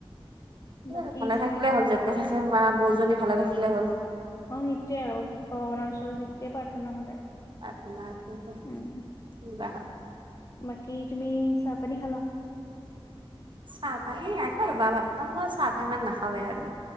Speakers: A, on the right; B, on the left.
A: এ
B: বাকী
A: ভালে
B: চাহ
A: থাকিলে হ'ল যেতে থাকে মা বৌজনী ভালে থাকিলে হল
B: অ সেইটোয়ে আৰু ভগৱানৰ ওচৰত হেইটোৱে প্ৰাৰ্থনা সদায়
A: আপমাৰ বাহ
B: উম
A: <unintelligible>
B: বাকী তুমি চাহ পানী খালা
A: চাহ পানী নাই খোৱা ৰবা ভাত পাম মই চাহটো ইমান নাখাওঁয়েই আৰু